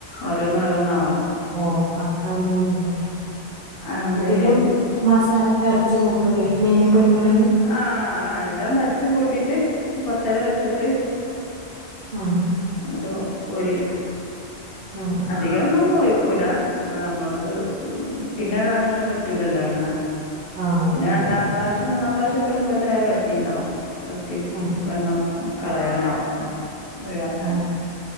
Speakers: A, on the left (about 65°); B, on the right (about 55°).
A: ഓരോന്ന് ഓരോന്നാവുമ്പൊ
B: ഓഹ് അങ്ങനാവുമ്പൊ ബുദ്ധിമുട്ടാ.
A: അത്
B: ഇതിലും മസാലക്കെർ ച്ച് കൂട്ടൂലേ മീനേം പൊരിക്ക്ണേല്?
A: ആഹ് ആഹ് എല്ലം പരച്ച് കൂട്ടീട്ട്, കോർച്ചേരം വെച്ച്ട്ട്
B: ആഹ്
A: ന്ന്ട്ടൊ കോരിട്ക്കും.
B: ആഹ്
A: അധികെണ്ണൊന്നും ഒയ്‌ക്കൂല. മേ നമ്മൾക്ക് പിന്നെ അത് ഒന്നിനും പറ്റൂലല്ലൊ എണ്ണ
B: ആ
A: പിന്നെ
B: ശരിയാണ്
A: രണ്ടാം പ്രാശ്യം മൂന്നാം പ്രാശ്യൊക്കെ ഇടുമ്പോത്തിന് അത് വറ്റീണ്ടാവും. വറ്റി
B: ആ
A: എണ്ണം കളയാനാവും ഒഴിവാക്കാന്.
B: ആ